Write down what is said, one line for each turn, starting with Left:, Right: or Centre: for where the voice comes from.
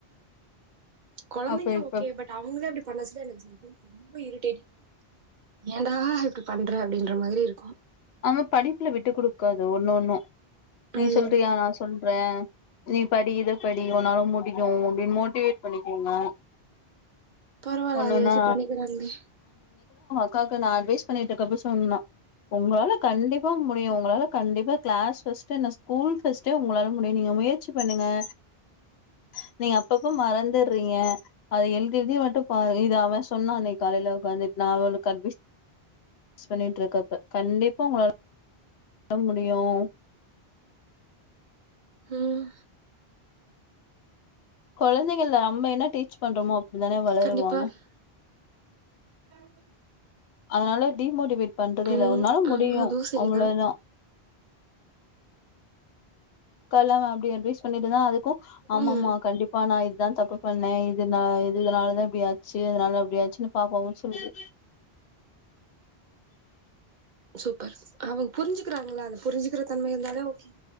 Right: குழந்தைங்க
Left: அப்ப இப்ப
Right: ஓகே பட் அவங்கள இப்டி மனசுல எனக்கு சொல்ல <inaudible> ரொம்ப இரிடேட்ங் <inaudible> ஏண்டா இப்படி பண்ற அப்படின்ற மாதிரி இருக்கும்
Left: ஆமா படிப்புல விட்டு குடுக்காது ஒன்ன ஒன்னும் நீ
Right: ம்
Left: சொல்றியா நான் சொல் றன் நீ படி இத படி உண்னாலும் முடியும் அப்படின்னு மோட்டிவேட் பண்ணிக்கோங்க
Right: பரவால
Left: ஒன்னொன்னா
Right: அத யாச்சும் பண்ணிக்கிறாங்களே
Left: அக்காகு நான் அட்வைஸ் பண்ணிட்டுக்கப்ப சொன்னா உங்களால கண்டிப்பா முடியும் உங்களால கண்டிப்பா க்ளாஸ் ஃபஸ்ட்டு என்ன ஸ்கூல் ஃபர்ஸ்ட்டே உங்களால முடியும் நீங்க முயற்சி பண்ணுங்க <inaudible> நீங்க அப்பப்ப மறந்துடறீங்க அதை எழுதி எழுதி மட்டும் பாரு இத அவன் சொன்னான் அன்க்கு காலையில் உட்காந்துட்டு நான் உங்களுக்கு அட்வைஸ் பண்ணிட்டுருக்கப்ப கண்டிப்பா உங்களால பண்ண முடியும்
Right: ம்ஹ்
Left: குழந்தைங்கல நம்ப என்ன டீச் பண்றோமோ தானே வளருவாங்க
Right: கண்டிப்பா <inaudible>
Left: அதனால டிமோட்டிவேட் பண்றதே
Right: ம்
Left: இல்லை உன்னாலும் முடியும்
Right: ஆமா அதுவு சரிதா
Left: அவளோதான் கலவன் அப்டி அட்வைஸ் பண்ணிட்டு தான் அது க்கும் ஆமமா
Right: ம்
Left: கண்டிப்பா நான் இத் இதான் தப்பு பண்ணேன் இதுன இ இதனாலதான் இப்டி ஆச்சு இதனால அப்டியாச்சுன்னு பாப்பாவும் சொல்லுது
Right: சூப்பர் அவங்க புரிஞ்சுக்கிறாங்களா அந்த புரிஞ்சிக்கிற தன்மை இருந்தாலே ஓகே